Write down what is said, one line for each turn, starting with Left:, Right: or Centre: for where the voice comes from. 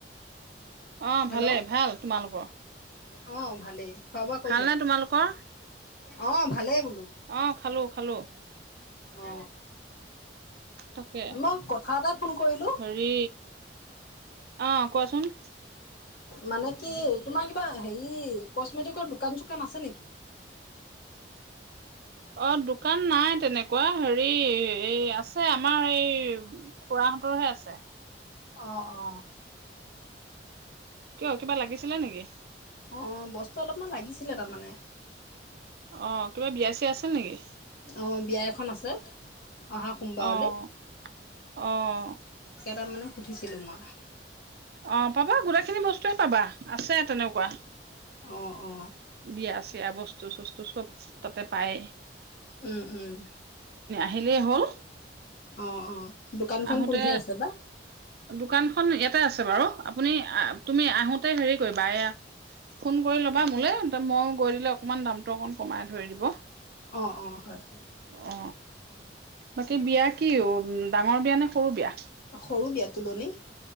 Right: অ
Left: হেল্ল'
Right: ভালে, ভাল তোমালোকৰ।
Left: অ, ভালেই। খোৱা বোৱা কৰিলে
Right: ভালনে তোমালোকৰ?
Left: অ। ভালেই, বোলো।
Right: অঁ খালো খালো।
Left: অ।
Right: তাকে,
Left: মই কথা এটাই ফোন কৰিলো
Right: হেৰি আহ কোৱাচোন।
Left: মানে কি তোমাৰ কিবা হেৰি, কচমেটিকৰ দোকান চোকান আছে নেকি?
Right: অ, দোকান নাই তেনেকুৱা হেৰি, এই আছে আমাৰ এই খুৰাহঁতৰহে আছে।
Left: অ অ
Right: কিয় কিবা লাগিছিলে নেকি
Left: অঁ বস্তু অলপমান লাগিছিলে তাৰমানে।
Right: অ কিবা বিয়া চিয়া আছিল নেকি?
Left: অ বিয়া এখন আছে। অহা সোমবাৰলৈ
Right: আহ আহ
Left: তাৰ মানে সুধিছিলোঁ মই।
Right: অ পাবা গোটেইখিনি বস্তুৱে পাবা, আছে তেনেকুৱা।
Left: অ অ
Right: বিয়া আছে। য়া বস্তু চস্তু চব তাতে পায়।
Left: উম উম
Right: আহিলেই হ'ল।
Left: অঁ অঁ, দোকানখন
Right: আহোতে
Left: কোনখিনিত আছে বা?
Right: দোকানখন ইয়াতে আছে বাৰু, আপুনি তুমি আহোতে হেৰি কৰিবা এয়া ফোন কৰি ল'বা মোলে। মই গৈ দিলে অকনমান দামটো অকন কমাই ধৰি দিব।
Left: অ অ হয় হয়
Right: অ বাকী বিয়া কিম ডাঙৰ বিয়া নে সৰু বিয়া?
Left: সৰু বিয়া তুলনি।